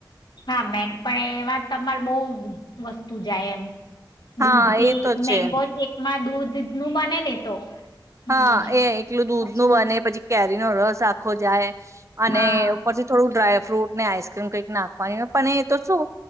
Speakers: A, on the left; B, on the right.
A: હા મે પણ એ વાત તમારે બહુ વસ્તુ જાય એમ
B: હા
A: દૂધ ભી
B: એ તો
A: મેંગો
B: છે
A: સેકમાં દૂધ દુધ નું મને નને તો હમ
B: હા એ એકલું દૂધ
A: પછી
B: નું બને પછી કેરી નો રસ આખો જાય અને
A: હા
B: ઉપર થી થોડુંક ડ્રાય ફ્રૂટ ને આઈસ એમ કંઈક નાખવાની હોય પણ એ તો શું